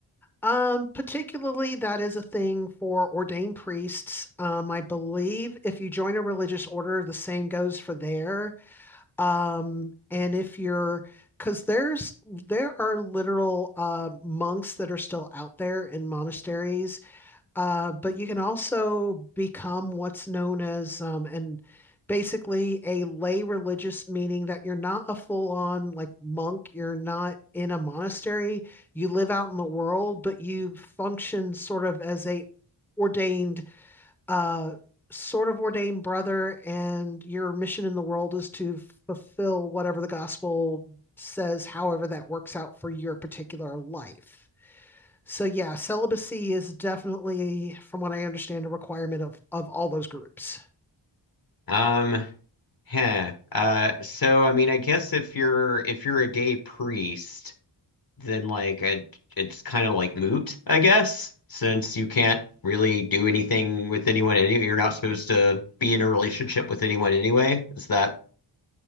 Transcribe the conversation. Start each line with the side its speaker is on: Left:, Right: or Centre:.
Centre: Um, particularly, that is a thing for ordained priests. Um, I believe if you join a religious order, the same goes for there. Um, and if you're, because there's there are literal uh, monks that are still out there in monasteries uh, but you can also become what's known as um, and basically a lay religious, meaning that you're not a full-on like monk, you're not in a monastery, you live out in the world, but you function sort of as a ordained uh, sort of ordained brother, and your mission in the world is to fulfill whatever the gospel says, however that works out for your particular life. So yeah, celibacy is definitely, from what I understand, a requirement of of all those groups.
Left: Um, huh. Uh, so I mean, I guess if you're if you're a gay priest. then like it, it's kind of like moot, I guess, since you can't really do anything with anyone anyway. You're not supposed to be in a relationship with anyone anyway. Is that,